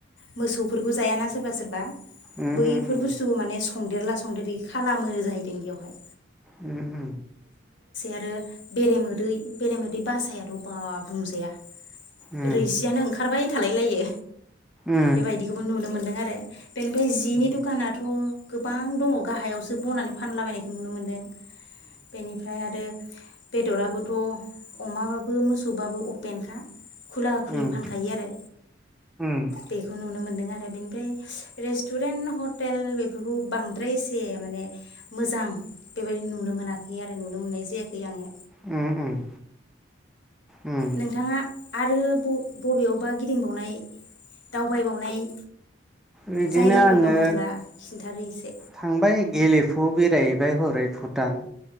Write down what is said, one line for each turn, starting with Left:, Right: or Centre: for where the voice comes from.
Left: मोसौफोरखौ जायाना सोरबा सोरबा
Centre: उम
Left: बैफोर
Centre: उम उम
Left: बुस्थुखौ माने संदेरला संदेरै खालामो जाहैदों बेवहाय।
Centre: उम उम
Left: आरो बेरे मोदै बेरेमोदै बासायाथ बा बुंजाया
Centre: उम
Left: रैसियानो ओंखारबाय थालाय लायो।
Centre: उम
Left: बेबायदिखौबो नुनो मोनदों आरो। <unintelligible> बेनिफ्राय जिनि
Centre: उम
Left: दुखाना थ गोबां दङ गाहायावसो बनानै फानलाबायनायखौ नुनो मोन्दों। बेनिफ्राय आरो बेदराबोथ अमाबाबो मोसौबाबो अपेनखा खुला खुलि
Centre: उम
Left: फानखायो आरो
Centre: उम
Left: बेखौ नुनो मोनदों आरो। बेनिफ्राय रेस्टुरेन्ट ह टेल बेफोरखौ बांद्राय एसे माने मोजां बेबायदि नुनो मोनाखै आरो नुनो मोननाय जायाखै आङो।
Centre: उम उम उम
Left: नोंथाङा आरो बबेयावबा गिदिंबावनाय दावबायबावनाय
Centre: बिदिनो
Left: जायगाफोर
Centre: आङो
Left: दङब्ला खिन्थादो एसे
Centre: थांबाय गेलेफु बेरायहैबाय हरै भुटान